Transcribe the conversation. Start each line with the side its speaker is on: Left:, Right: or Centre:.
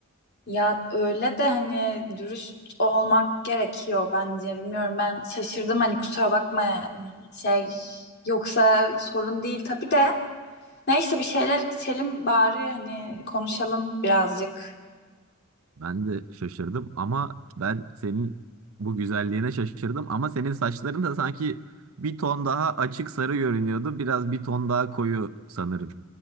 Left: Ya öyle de hani dürüst olmak gerekiyor bence. Bilmiyorum ben şaşırdım hani kusura bakma yani şey yoksa sorun değil tabii de. Neyse bir şeyler içelim bari hani konuşalım birazcık.
Right: Ben de şaşırdım ama ben senin bu güzelliğine şaşırdım ama senin saçların da sanki bir ton daha açık sarı görünüyordu biraz bir ton daha koyu sanırım.